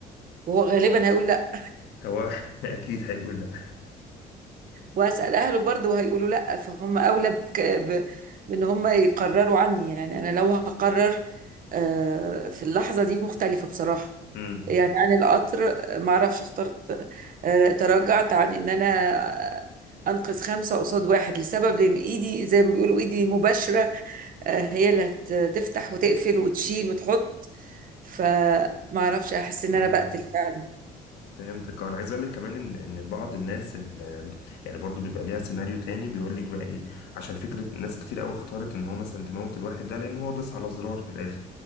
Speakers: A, on the right; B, on the left.
A: وهو غالبا هيقول لا
B: هو <laughs> أكيد هيقول لأ
A: واسال اهله برضه هيقولوا لا فهم اولى بك... ب... بان هم يقرروا عني يعني انا لو هقرر آه، في اللحظه دي مختلفه بصراحه
B: <laughs>
A: يعني عن القطر ما اعرفش اخترت آه، تراجعت عن ان انا آه، انقذ خمسه قصاد واحد لسبب لان ايدي زي ما بيقولوا ايدي مباشره آه، هي اللي هتفتح وتقفل وتشيل وتحط فما اعرفش احس ان
B: امم
A: انا بقتل فعلا
B: فهمتك انا عايز اقول لك كمان ان ان بعض الناس ال- يعني برضو بيبقى ليها سيناريو تاني بيقول لك بقى ايه عشان فكره ناس كتير قوي اختارت ان هو مثلا تموت الواحد ده لان هو داس على زرار في الاخر